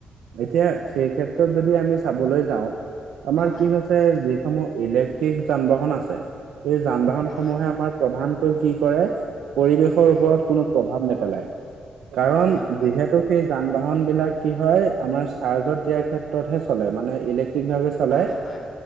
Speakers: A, on the right; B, on the left.
A: এতিয়া সেই ক্ষেত্ৰত যদি আমি চাবলৈ যাওঁ আমাৰ
B: হয়
A: কি হৈছে সমূহ ইলেক্ট্ৰিক যান বাহন আছে এই যান বাহন
B: হয়
A: সমূহে আমাৰ প্ৰধানকৈ কি কৰে পৰিৱেশৰ
B: উম
A: ওপৰত কোনো প্ৰভাৱ নেপেলায়।
B: প্ৰভাৱ
A: কাৰণ
B: নেপেলাই
A: যিহেতু
B: হয়
A: সেই যান বাহন বিলাক কি হয় আমাৰ চাৰ্জত দিয়াৰ ক্ষেত্ৰত হে চলে মানে ইলে ঠিকভাৱে চলায়।
B: হয় হয়